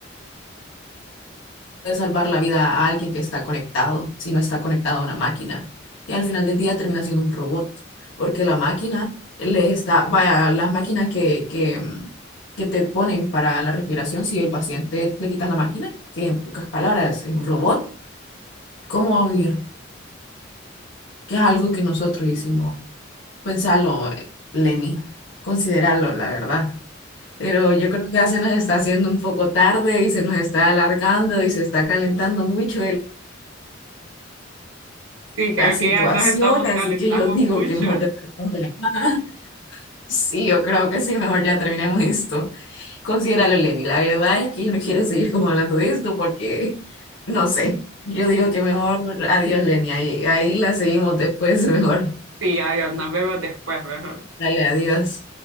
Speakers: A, on the left; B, on the right.
A: salvar la vida a alguien que está conectado si no está conectado a una máquina. Y al final del día termina siendo un robot porque la máquina le está, vaya, las máquinas que, que, mm, que te ponen para la respiración, si el paciente le quitas la máquina, que en pocas palabras es un robot, ¿cómo va a vivir? Que es algo que nosotros hicimos. Pensalo, Lenny, considéralo, la verdad. Pero yo creo que ya se nos está haciendo un poco tarde y se nos está alargando y se está calentando mucho el-
B: Sí, creo
A: la situación,
B: que ya nos estamos
A: así
B: calentamos
A: que yo digo
B: mucho.
A: que mejor ya terminemos la llamada. <laughs> Sí, yo creo que sí, mejor ya terminemos esto. Considéralo, Lenny. La verdad es que yo no quiero seguir como hablando de esto porque, no sé, yo digo que mejor adiós, Lenny. Ahí, ahí la seguimos después, <laughs> mejor.
B: Sí, adiós, nos vemos después, mejor.
A: Dale, adiós.